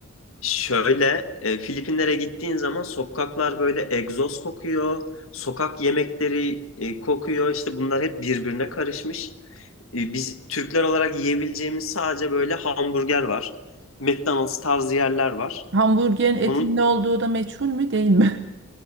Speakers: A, on the left (about 80°); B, on the right (about 60°).
A: Şöyle, e, Filipinlere gittiğin zaman sokaklar böyle egzoz kokuyor, sokak yemekleri e, kokuyor. İşte bunlar hep birbirine karışmış. E, biz Türkler olarak yiyebileceğimiz sadece böyle hamburger var. McDonald's tarzı yerler var.
B: Hamburgerin etin
A: Onun
B: ne olduğu da meçhul mü değil mi?